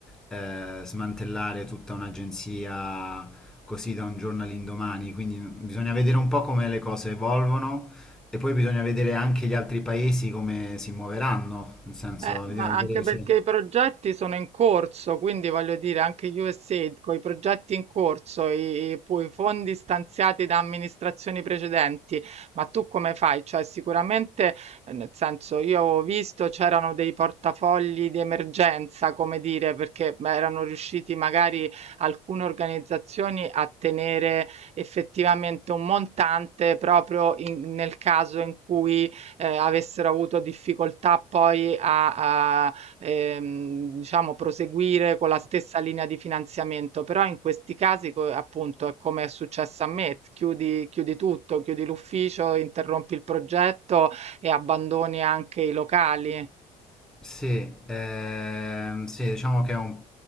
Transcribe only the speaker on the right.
Eh, ma
anche
perché
i progetti sono in corso, quindi voglio dire, anche USAID con i progetti in corso, i, i- poi i fondi stanziati da amministrazioni precedenti, ma tu come fai? Cioè, sicuramente, eh, nel senso, io ho visto c'erano dei portafogli di emergenza, come dire, perché beh, erano riusciti magari alcune organizzazioni a tenere effettivamente un montante proprio in- nel caso in cui eh, avessero avuto difficoltà poi a, a, ehm, diciamo, proseguire con la stessa linea di finanziamento, però in questi casi, co- appunto, è come è successo a me, chiudi, chiudi tutto, chiudi l'ufficio, interrompi il progetto e abbandoni anche i locali.